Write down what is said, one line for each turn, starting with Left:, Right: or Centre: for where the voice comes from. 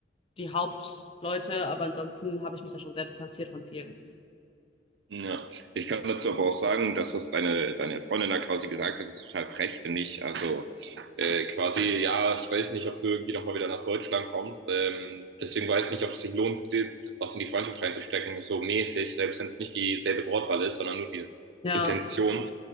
Left: die Hauptleute, aber ansonsten habe ich mich da schon sehr distanziert von vielen.
Right: Ja, ich kann dazu aber auch sagen, dass das deine, deine Freundin da quasi gesagt hat, ist total frech, finde ich. Also äh, quasi, ja, ich weiß nicht, ob du irgendwie nochmal wieder nach Deutschland kommst. Ähm, deswegen weiß nicht, ob es sich lohnt, dir was in die Freundschaft reinzustecken, so mäßig, selbst wenn es nicht dieselbe Wortwahl ist, sondern nur die
Left: Ja,
Right: Intention,